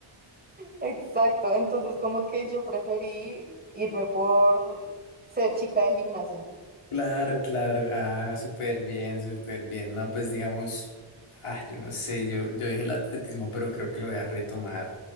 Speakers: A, on the right (about 20°); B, on the left (about 90°).
A: exacto. Entonces, como que yo preferí irme por ser chica de gimnasio.
B: Claro, claro. Ah, súper bien, súper bien. No, pues digamos, ah, yo no sé, yo, yo dije el atletismo, pero creo que lo voy a retomar